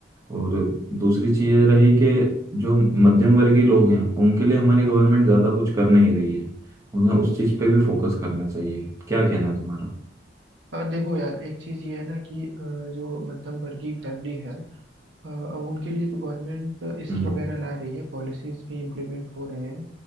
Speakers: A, on the right (about 15°); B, on the right (about 75°).
A: और दूसरी चीज ये रही कि जो मध्यम वर्गीय लोग हैं उनके लिए हमारी गवर्नमेंट ज्यादा कुछ कर नहीं रही है उन्हें उस चीज पे भी फोकस करना चाहिए क्या कहना है तुम्हारा
B: अ, देखो यार एक चीज ये है ना कि अ, जो मध्यम वर्गीय फैमिली है अ, उनके लिए तो गवर्नमेंट स्कीम
A: हम्म
B: वगैरह ला रही है पॉलिसीज भी इम्प्लीमेंट हो रहे हैं